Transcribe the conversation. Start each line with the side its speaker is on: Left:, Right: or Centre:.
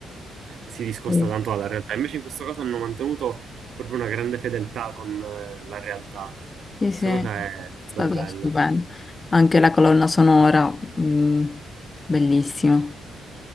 Right: eh, si discosta
Left: Sì,
Right: tanto dalla realtà. Invece in questo caso hanno mantenuto proprio una grande fedeltà con eh, la realtà.
Left: sì,
Right: Questa
Left: sì. È
Right: cosa è super
Left: stato
Right: bella.
Left: stupendo. Anche la colonna sonora, mm, bellissima.